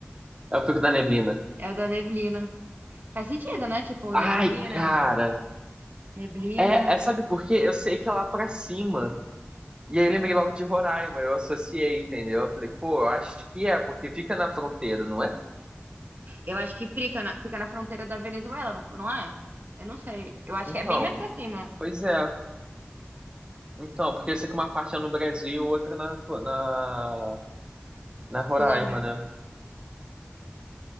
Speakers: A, on the right; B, on the right.
A: É o Pico da Neblina.
B: É o da Neblina. Faz sentido, né? Tipo,
A: Ai,
B: neblina,
A: cara.
B: neblina.
A: É, é, sabe por quê? Eu sei que é lá pra cima. E aí eu lembrei logo de Roraima, eu associei, entendeu? Eu falei, pô, eu acho que é, porque fica na fronteira, não é?
B: Eu acho que fica na, fica na fronteira da Venezuela, não, não é? Eu não sei. Eu acho
A: Então,
B: que é bem mais pra cima.
A: pois é. Então, porque eu sei que uma parte é no Brasil, outra na, na, na Roraima,
B: Colômbia.
A: né?